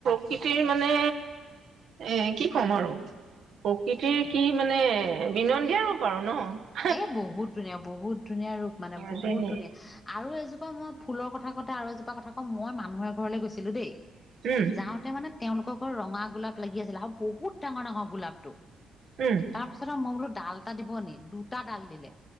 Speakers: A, on the right (about 65°); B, on the left (about 25°).
A: সিটোৱে মানে এঁ কি ক'ম আৰু? প্ৰকৃতিৰ কি মানে বিনন্দিয়া ৰূপ আৰু ন।
B: এই বহুত ধুনীয়া বহুত ধুনীয়া ৰূপ মানে
A: অ',
B: বহুত
A: দেই,
B: ধুনীয়া। আৰু এজোপা মই ফুলৰ কথা কওঁতে আৰু এজোপা কথা কওঁ মই মানুহৰ ঘৰলে গৈছিলো দেই।
A: উম,
B: যাওঁ- তে মানে তেওঁলোকৰ ঘৰত ৰঙা গোলাপ লাগি আছিলে আৰু বহুত ডাঙৰ ডাঙৰ গোলাপটো।
A: উম'
B: তাৰপিছত আও মই বোলো ডাল এটা দিব নি? দুটা ডাল দিলে,